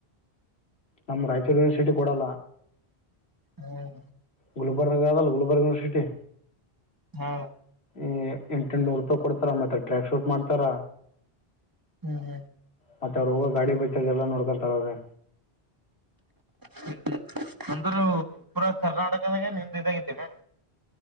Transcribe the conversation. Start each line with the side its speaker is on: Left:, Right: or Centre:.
Left: ನಮ್ ರಾಯಚೂರು ಯೂನಿವರ್ಸಟಿ ಕೊಡಲ್ಲ.
Right: ಹ್ಮ್
Left: ಗುಲ್ಬರ್ಗ ಅದಲ್ಲ ಗುಲ್ಬರ್ಗ್ ಯೂನಿವರ್ಸಿಟಿ
Right: ಹಾ
Left: ಈ ಎಂಟು ಎಂಟನೂರು ರೂಪಾಯಿ ಕೊಡ್ತಾರ ಮತ್ತೆ ಟ್ರ್ಯಾಕ್ ಶೂಟ್ ಮಾಡ್ತಾರ
Right: ಹ್ಮ ಹ್ಮ
Left: ಮತ್ತೆ ರೋಗ ಗಾಡಿ ಬಚ್ಚಾರ ಎಲ್ಲ ನೋಡಕೊಂತಾರ್ ಅವರು
Right: ಹ್ಮ ಹ್ಮ್ ಅಂದ್ರೂ ಪೂರಾ ಕರ್ನಾಟಕದಾಗೆ ನಿಮ್ದ ಇದಾಗತೇನ